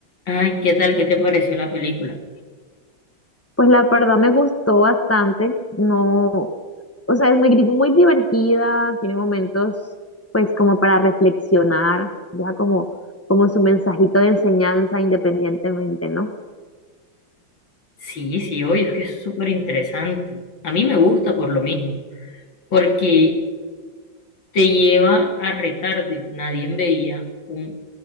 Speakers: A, on the left; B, on the left.
A: Ay, ¿qué tal? ¿Qué te pareció la película?
B: Pues la verdad me gustó bastante, no, o sea, es muy, gri- muy divertida, tiene momentos pues como para reflexionar, deja como, como su mensajito de enseñanza independientemente, ¿no?
A: Sí, sí, oye, es que es súper interesante. A mí me gusta por lo mismo, porque te lleva a retarde. Nadie veía un